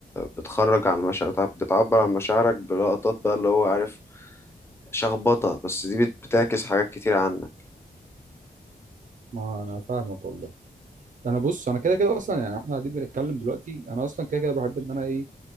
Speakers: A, on the left; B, on the right.
A: بتخرج عن مشاعر بتعبر عن مشاعرك بلقطات بقى اللي هو عارف شخبطة بس دي بت- بتعكس حاجات كتير عنك
B: ما انا فاهمك والله انا بص انا كده كده اصلا يعني احنا قاعدين بنتكلم دلوقتي انا اصلا كده كده بحب ان انا ايه